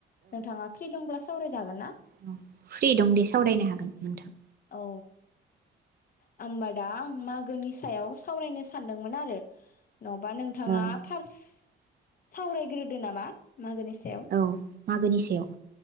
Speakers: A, on the left (about 45°); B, on the right (about 50°).
A: नोंथाङा फ्रि दंब्ला सावरायजागोन ना?
B: औ फ्रि दं दे सावरायनो हागोन नोंथां
A: औ होबबा दा आं मागोनि सायाव सावरायनो सानदोंमोन आरो नङाबा नोंथाङा
B: औ
A: फारस सावरायग्रोदो नामा मागोनि सायाव
B: औ मागोनि सायाव